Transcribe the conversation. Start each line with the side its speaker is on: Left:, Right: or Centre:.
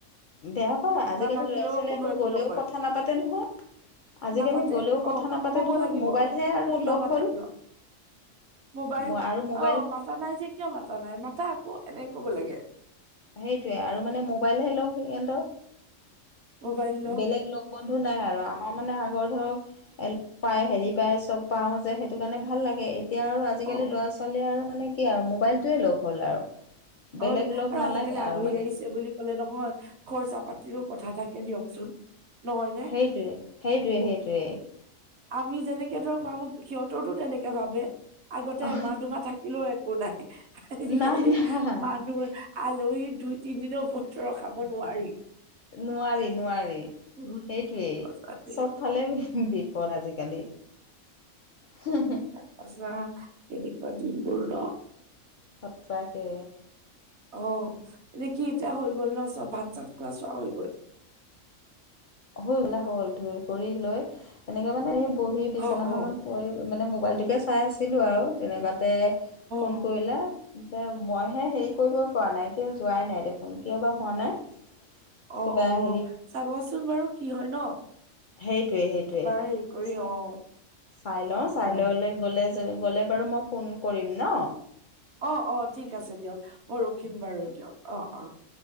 Left: বেয়া পাই, আজিকালি
Right: থাকিলেও
Left: ল'ৰা ছোৱালী
Right: কোনো
Left: আকৌ
Right: একো
Left: গলেও
Right: নকৰে
Left: কথা নাপাতে নহয়। আজিকালি
Right: নাপাতে
Left: গ'লেও কথা
Right: অ
Left: নাপাতে
Right: কব
Left: নহয়
Right: লাগিব
Left: মোবাইলহে আৰু
Right: নামাতা
Left: লগ হ'ল।
Right: কিয় মোবাইল
Left: ম আৰু মোবাইল।
Right: অ মাতা নাই যে কিয় মাতা নাই মাতথা আকৌ এনেকে ক'ব লাগে।
Left: সেইটোয়ে আৰু মানে মোবাইলহে লগ সিহঁতৰ।
Right: মোবাইল লওক
Left: বেলেগ লগ বন্ধু নাই আৰু। আমাৰ মানে আগৰ ধৰক লগ পাই হেৰি পায় চব পাও যে সেইটো কাৰণে ভাল লাগে এতিয়া আৰু। আজিকালি
Right: অ
Left: ল'ৰা ছোৱালীয়ে আৰু মানে কি আৰু মোবাইলটোৱে লগ হ'ল আৰু। বেলেগ
Right: হয়
Left: লগ
Right: আৰু
Left: নালাগে
Right: আজিকালি আলহী
Left: আৰু মানে
Right: আহিছে বুলি কলে নহয় খৰচা পাতিৰো কথা থাকে দিয়কচোন। নহয়নে।
Left: সেইটোৱে সেইটোৱে সেইটোৱে
Right: আমি যেনেকে ধৰক ভাবো সিহঁতৰতো তেনেকে ভাবে, আগতে
Left: অ
Right: মাহ দুমাহ থাকে। থাকিলেও একো নাই, আজিকালি।
Left: নাই নাই
Right: মানুহ আলহী দুই - তিনিদিনৰওৰত ৰখাব নোৱাৰি।
Left: নোৱাৰি নোৱাৰি।
Right: উম,
Left: সেইটোৱেই,
Right: সঁচা দেই
Left: চবফালে বিপদ আজিকালি। হ হ <inaudible>
Right: সচাকৈ কেনেুৱা দিমবোৰ নহ।
Left: সঁচাকৈ।
Right: অ' এনে কি এতিয়া হৈ গ'ল ন চব ভাত চাত খোৱা চোৱা হৈ গ'ল।
Left: হৈ গল হৈ গ'ল ধুই কৰি লৈ এনেকৈ মানে এই বহী বিচনাখনত।
Right: অ অ
Left: পৰি মানে মোবাইলটোকে চাই আছিলোঁ আৰু তেনেকুৱাতে ফোন
Right: অ
Left: কৰিলা। পিছে মইহে হেৰি কৰিব পৰা নাই কিয় যোৱাই নাই দেখোন কিয় বা হোৱা নাই।
Right: অ'
Left: কিবা
Right: অ'
Left: হেৰি
Right: চাবচোন বাৰু কি হয় ন?
Left: সেইটোৱে সেইটোৱে
Right: এবাৰ হেৰি কৰি
Left: চাই
Right: অ'
Left: চাই লওঁ
Right: অ
Left: চাই,
Right: অ
Left: গলে গ'লে বাৰু মই ফোন কৰিম ন।
Right: অ' অ' ঠিক আছে দিয়ক মই ৰখিম বাৰু দিয়ক, অ অ